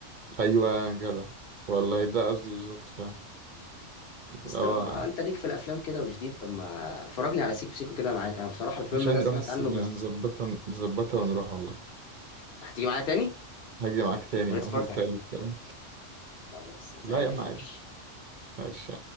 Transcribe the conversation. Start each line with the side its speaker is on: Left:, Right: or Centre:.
Right: ايوه يا جدع والله ده قصدي بالظبط فاهم اللي
Left: بس طالما
Right: هو
Left: انت ليك في الافلام كده وجديد طب ما فرجني على سيكو سيكو كده معاك انا بصراحه الفيلم
Right: مش هنروح
Left: ده سمعت
Right: السينما
Left: عنه بس
Right: نظبطها نظبطها ونروح والله
Left: هتيجي معايا تاني
Right: هاجي معاك تاني
Left: انا
Right: يا
Left: اتفرجت
Right: عم وتالت
Left: عليه
Right: كمان
Left: خلاص زي
Right: لا يا عم
Left: الفل
Right: عادي ماشي